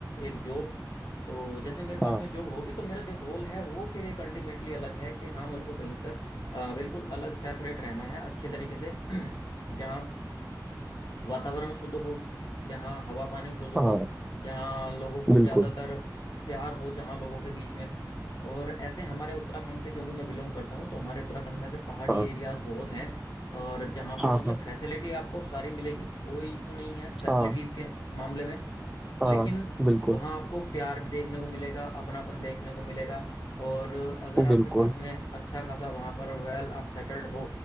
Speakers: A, on the left; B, in the centre.
A: एक जॉब तो जैसे मेरे पास
B: हाँ
A: में जॉब होगी तो मेरा जो गोल है वो फिर एक अल्टीमेटली अलग है कि हाँ मेरे को कहीं से अ, बिल्कुल अलग सेपरेट रहना है अच्छे तरीके से <clears throat> जहाँ वातावरण शुद्ध हो जहाँ हवा पानी शुद्ध हो
B: हाँ
A: जहाँ लोगों को
B: बिल्कुल
A: ज़्यादातर प्यार हो जहाँ लोगों के बीच में और ऐसे हमारे उत्तराखंड से क्योंकि मैं बिलोंग करता हूँ तो हमारे उत्तराखंड में ऐसे पहाड़ी
B: हाँ
A: एरियाज बहुत हैं और जहाँ पर
B: हाँ
A: मतलब
B: हाँ
A: फैसिलिटी आपको सारी मिलेगी कोई इशू नहीं है
B: हाँ
A: फैसिलिटीज़ के मामले में लेकिन
B: हाँ बिल्कुल
A: वहां आपको प्यार भी देखने को मिलेगा अपनापन देखने को मिलेगा और अगर आपके
B: बिल्कुल
A: पास में अच्छा खासा वहां पर वेल आप सेटल्ड हो